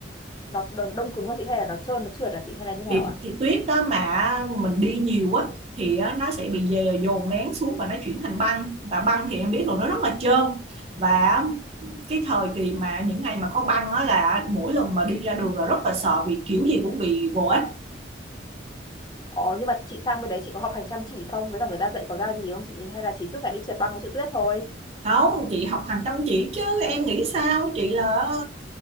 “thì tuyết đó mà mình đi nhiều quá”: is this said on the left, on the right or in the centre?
Right